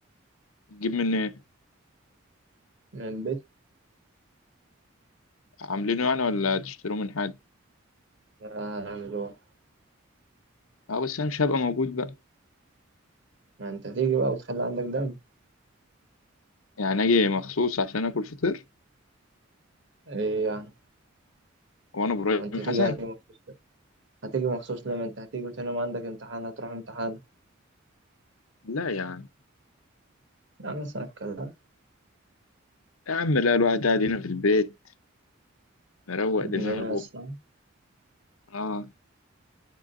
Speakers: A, on the left; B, on the right.
A: تجيب من إيه؟
B: من البيت
A: عاملينه يعني ولا تشتروه من حد؟
B: آه، هنعمل هو
A: اه بس انا مش هبقى موجود بقى
B: ما أنت هتيجي بقى وتخلي عندك دم
A: يعني اجي مخصوص عشان اكل فطير
B: إيه يعني؟
A: وانا ابراهيم
B: ما أنت هتيجي
A: حسن؟
B: هتيجي مخصوص ليه؟ هتيجي مخصوص ليه؟ ما أنت هتيجي وتاني يوم عندك امتحان هتروح امتحان
A: لا يا عم
B: يعني اسمع الكلام
A: يا عم لا الواحد قاعد هنا في البيت مروق
B: ابن
A: دماغه
B: ناس
A: اه